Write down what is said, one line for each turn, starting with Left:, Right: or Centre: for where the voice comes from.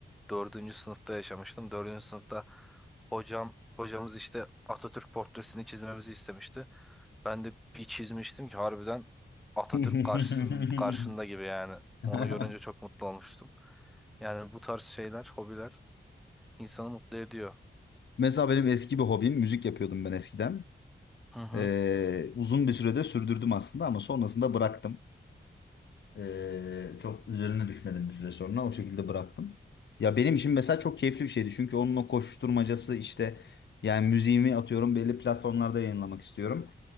Centre: Dördüncü sınıfta yaşamıştım. Dördüncü sınıfta hocam hocamız işte Atatürk portresini çizmemizi istemişti. Ben de bir çizmiştim ki harbiden Atatürk
Left: <laughs>
Centre: karşısın, karşında gibi yani.
Left: <laughs>
Centre: Onu görünce çok mutlu olmuştum. Yani bu tarz şeyler, hobiler insanı mutlu ediyor.
Left: Mesela benim eski bir hobim müzik yapıyordum ben eskiden.
Centre: Hı hı.
Left: Ee, uzun bir sürede sürdürdüm aslında ama sonrasında bıraktım. Ee, çok üzerine düşmedim bir süre sonra o şekilde bıraktım. Ya benim için mesela çok keyifli bir şeydi çünkü onun o koşuşturmacası işte yani müziğimi atıyorum belli platformlarda yayınlamak istiyorum.